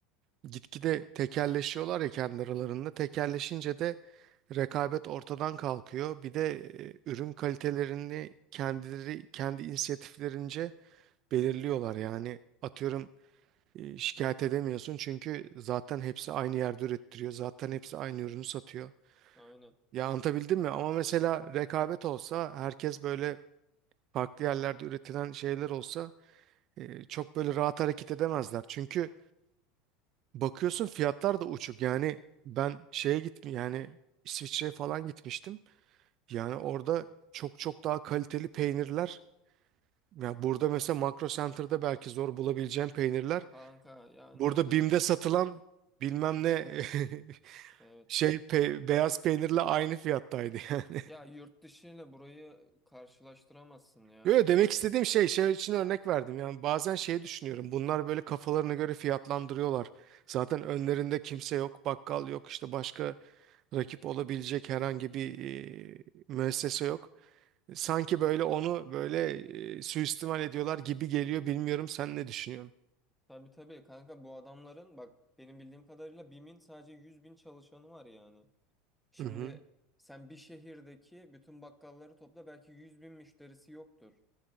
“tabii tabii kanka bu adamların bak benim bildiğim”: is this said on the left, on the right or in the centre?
Centre